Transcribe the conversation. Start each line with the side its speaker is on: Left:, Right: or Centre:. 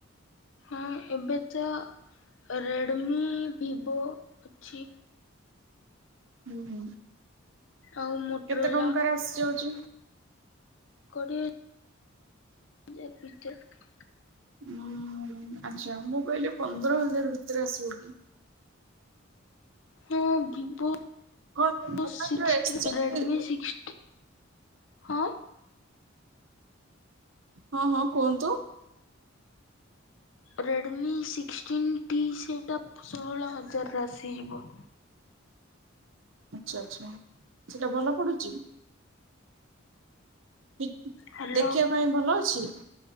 Left: ହଁ ଏବେ ତ ରେଡ଼ମି ଭିବୋ ଅଛି।
Right: ହୁଁ ହୁଁ
Left: ଆଉ ମୋଟରୋଲା
Right: କେତେ ଟଙ୍କାରେ ଆସିଯାଉଚି?
Left: କୋଡ଼ିଏ <unintelligible>
Right: ହଁ ଆଚ୍ଛା ମୁଁ କହିଲି ପନ୍ଦର ହଜାର ଭିତରେ ଆସିବ କି?
Left: ହଁ ଭିବୋ
Right: କଣ ମୋବାଇଲର
Left: ସିକ୍ସଟି
Right: ଏକ୍ସଚେଞ୍ଜ
Left: ରେଡ଼୍ମି ସିକ୍ସଟି। ହଁ।
Right: ହଁ ହଁ କୁହନ୍ତୁ।
Left: ରେଡ଼୍ମି ସିକ୍ସଟିନ୍ ଟି ସେଟା ଷୋହଳ ହଜାରରେ ଆସିଯିବ।
Right: ଆଚ୍ଛା ଆଚ୍ଛା ସେଟା ଭଲ ପଡୁଚି? ଇକ୍
Left: ହ୍ୟାଲୋ
Right: ଦେଖିବା ପାଇଁ ଭଲ ଅଛି?